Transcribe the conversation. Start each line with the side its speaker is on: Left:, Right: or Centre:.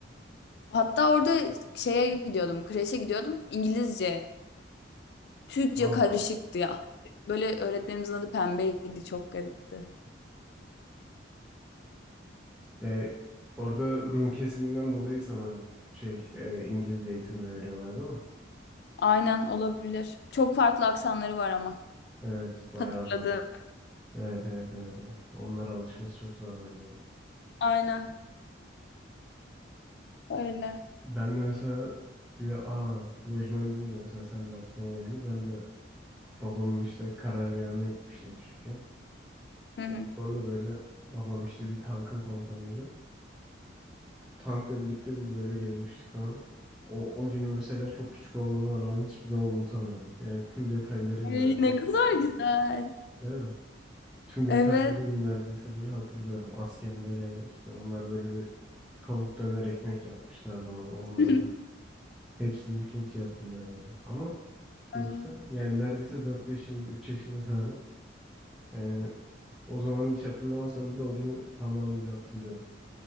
Left: Hatta orada şeye gidiyordum. Kreşe gidiyordum. İngilizce Türkçe
Centre: Ha.
Left: karışıktı ya. Böyle öğretmenimizin adı Pembe'ydi. Çok garipti.
Centre: Ve orada Rum kesiminden dolayı sanırım şey e, İngilizce eğitim de veriyorlar değil mi?
Left: Aynen olabilir. Çok farklı aksanları var ama.
Centre: Evet bayağı
Left: Hatırladım.
Centre: zor. Evet evet evet evet. Onlara alışması çok zor bence de.
Left: Aynen. Öyle.
Centre: Ben de mesela bir de aa lojman deyince mesela sen de aklıma geldi. Ben de babamın işte karargahına gitmiştim küçükken.
Left: Hı hı.
Centre: O zaman da böyle babam işte bir tankın komutanıydı. Tankla birlikte biz böyle gezmiştik falan. O, o günü mesela çok küçük olmama rağmen hiçbir zaman unutamıyorum. Yani tüm detaylarıyla
Left: Ay,
Centre: neredeyse.
Left: ne kadar güzel.
Centre: Değil mi? Tüm detaylarıyla
Left: Evet.
Centre: neredeyse böyle hatırlıyorum. Askerlere işte onlar böyle bir tavuk döner ekmek yapmışlardı bana onları
Left: <laughs>
Centre: falan. Hepsini çok iyi hatırlıyorum. yani. Ama görsem
Left: Ee,
Centre: yani neredeyse 4 yaşında 3 yaşında falanım. Yani o zaman hiç hatırlamasam bile o günü tamamıyla hatırlıyorum.